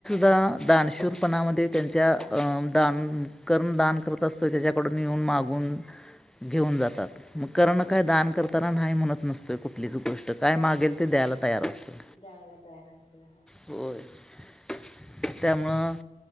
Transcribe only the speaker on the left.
हम्म
दयायला तयार असतोय.